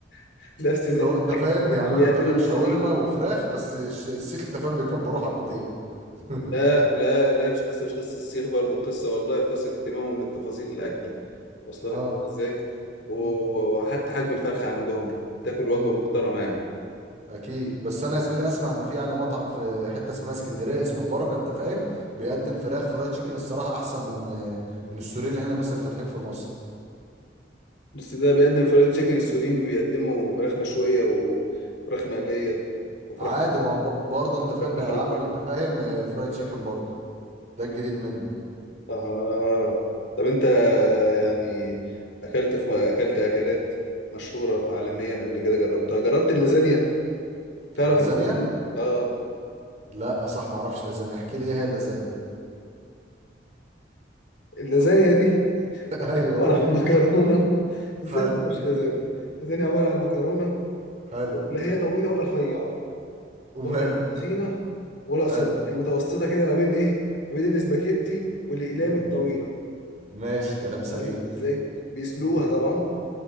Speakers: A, on the left (about 65°); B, on the right (about 40°).
A: <laughs> نفس ذات
B: اللي هو
A: الاكل
B: انت فاهم بيعملوا
A: اللي بيقدمه
B: انت فاهم
A: المصريين
B: شاورما وفراخ بس الش- السيخ انت فاهم بيكبروه حبتين <laughs>
A: لا لا لا مش قصة مش قصة السيخ برضو قصة والله قصة اهتمامهم بالتفاصيل الأكلة واصلة
B: اه
A: لك ازاي و-
B: امم
A: وحتى حجم الفرخة عندهم تاكل وجبة
B: امم
A: محترمة يعني
B: اكيد بس انا يا زميلي اسمع ان في يعني مطعم في حته اسمها اسكندريه اسمه البركه انت فاهم بيقدم فراخ فرايد تشيكن الصراحه احسن من من السوريين اللي هنا مثلا اللي فاتحين في مصر
A: بس ده بيقدم فرايد تشيكن السوريين بيقدموا فراخ مشوية وفراخ مقلية وفراخ
B: عادي ما هو ب- برضه انت فاهم
A: فراخ محروقة
B: بقى عملوا انت فاهم آه، فرايد تشيكن برضه ده الجديد منه
A: آه طب أنت يعني أكلت في أكلت أكلات مشهورة عالميا قبل كده جربتها جربت اللازانيا تعرف
B: اللازانيا
A: اللازانيا؟ آه
B: لا صح ما اعرفش لازانيا احكي لي ايه هي اللازانيا
A: اللازانيا دي
B: <laughs> ايوه
A: عبارة
B: اوه
A: عن <laughs> مكرونة ازاي
B: حلو
A: ما تبقاش لازانيا لازانيا عبارة عن مكرونة
B: حلو
A: لا هي طويلة ولا رفيعة
B: وماله
A: ولا هي تخينة ولا قصيرة
B: حلو
A: هي متوسطة كده ما بين ايه ما بين الاسباجيتي والاقلام
B: مم.
A: الطويلة
B: ماشي كلام سليم
A: طيب انت ازاي بيسلوها
B: مم.
A: طبعا